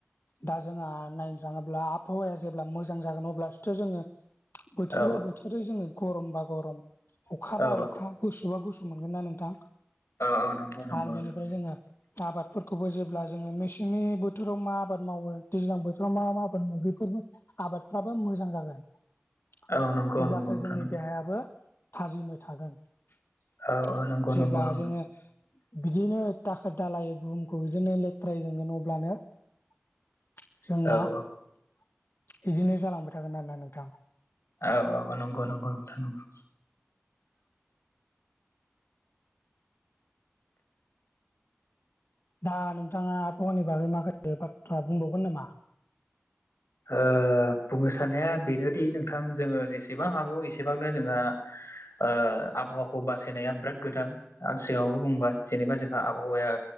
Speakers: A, on the left; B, on the left.
A: दा जोंहा नायनो थाङोब्ला आबहावाया जेब्ला मोजां जागोन अब्लासोथ' जोङो बोथोर
B: औ
A: बा बोथोरै जोङो गरमबा गरम अखा
B: औ
A: बा अखा गुसु गुसुबा गुसु मोनगोन ना नोंथां
B: औ नंगौ नंगौ
A: आरो
B: नोंथां
A: बेनिफ्राय
B: नंगौ
A: जोंहा आबादफोरखौबो जेब्ला जोङो मिच मेसेंनि बोथोराव मा आबाद मावो दैज्लां बोथोराव मा मा मा आबाद मावो बेफोरनो आबादफ्राबो मोजां जागोन। <inaudible>
B: औ नंगौ
A: अब्लासो
B: नंगौ नोंथां
A: जोंनि
B: नंगौ
A: देहायाबो थाजिमै थागोन। <inaudible>
B: औ औ नंगौ
A: जेब्ला
B: नंगौ नंगौ
A: जोङो बिदिनो दाखोर दालायै बुहुमखौ इदिनो लेथ्रायै दोनगोन अब्लानो <inaudible> जोंना
B: औ औ
A: <inaudible> इदिनो जालांबाय थागोन आरोना नोंथां।
B: औ औ औ नंगौ नंगौ नोंथां नंगौ।
A: दा नोंथाङा आहावानि बागै माखासे बाथ्रा बुंबावगोन नामा?
B: ओ बुंनो साननाया बेनोदि नोंथां जोङो जेसेबां हागौ एसेबांनो जोंहा ओ आबहावाखौ बासायनाया बिराद गोनां। आं सिगाङावबो बुंबाय जेनेबा जोंहा आबहावाया